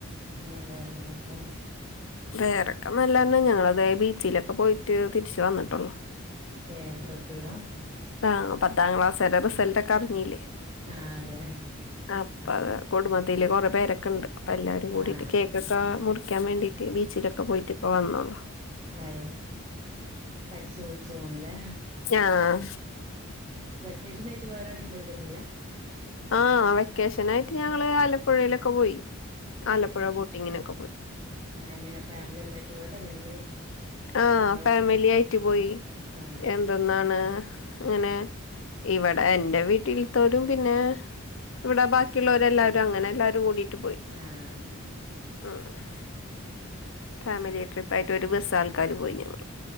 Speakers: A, on the right (about 25°); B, on the left (about 65°).
A: പിന്നെ വേറെന്തൊക്കെയാ
B: വേറെക്കെ നല്ലെ ഞങ്ങള അതെ ബീച്ചിലൊക്കെ പോയിട്ട് തിരിച്ചു വന്നിട്ടുള്ളോ
A: ഏഹ് എപ്പൊത്തിയതാ
B: ആഹ് പത്താം ക്ലാസ്കാർഡെ റിസൾട്ടൊക്കെ അറിഞ്ഞീല്ലേ
A: ആഹ് അതെ
B: അപ്പ അത് കുടുംബത്തില് കൊറെ പേരൊക്കെ ണ്ട് അപ്പ എല്ലാരും കൂടിട്ട്
A: ആഹ്
B: കേക്കൊക്കെ മുറിക്കാൻ വേണ്ടി ദേ ബീച്ചിലൊക്കെ പോയിട്ട് ഇപ്പ വന്നോള്ളു
A: ഏഹ് അടിച്ചുപൊളിച്ചു പോന്നു ല്ലേ
B: ആഹ്
A: വെക്കേഷനായിട്ട് വേറെവിടേം പോയിട്ടൊന്നുംല്ല
B: ആഹ് വെക്കേഷനായിട്ട് ഞങ്ങള് ആലപ്പുഴയിലൊക്കെ പോയി ആലപ്പുഴ ബോട്ടിങ്ങിനൊക്കെ പോയി
A: ആഹ് എങ്ങനെ ഫാമിലി ഒന്നായിട്ട് പോയത അല്ലെങ്കില്
B: ആഹ്
A: നിങ്ങള്
B: ഫാമിലി ആയിറ്റു പോയി
A: ആഹ്
B: എ ഇതെന്നാണ് ഇങ്ങനെ ഇവടെ ഈ എൻ്റെ വീട്ടിൽത്തോരും പിന്നെ ഇവ്ടെ ബാക്കിയുള്ളരെല്ലാരും അങ്ങനെ എല്ലാരും കൂടിട്ട് പോയി
A: ആഹ്
B: ആഹ് ഫാമിലി ട്രിപ്പായിട്ട് ഒരു ബസ്സ് ആൾക്കാര് പോയിഞമ്മള്